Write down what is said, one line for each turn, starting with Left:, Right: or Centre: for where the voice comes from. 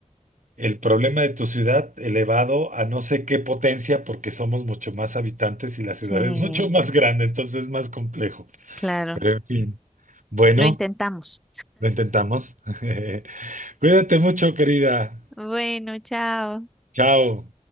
Right: el problema de tu ciudad elevado a no sé qué potencia, porque somos mucho más habitantes y la ciudad
Centre: sí,
Right: es <laughs> mucho más grande, entonces es más complejo.
Centre: claro.
Right: Pero en fin, bueno,
Centre: Lo intentamos.
Right: lo intentamos. <laughs> Cuídate mucho, querida.
Centre: Bueno, chao.
Right: Chao.